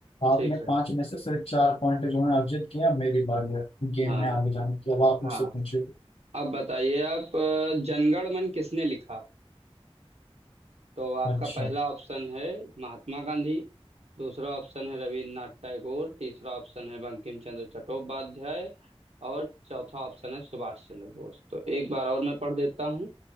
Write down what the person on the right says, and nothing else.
ठीक है
हाँ
हाँ
अब बताइए आप अ, जनगण मन किसने लिखा तो आपका
पहला ऑप्शन है महात्मा गांधी दूसरा ऑप्शन है रविन्द्रनाथ टैगोर तीसरा ऑप्शन है बंकिम चंद्र चट्टोपाध्याय और चौथा ऑप्शन है सुभाष चंद्र बोस तो एक बार और मैं पढ़ देता हूँ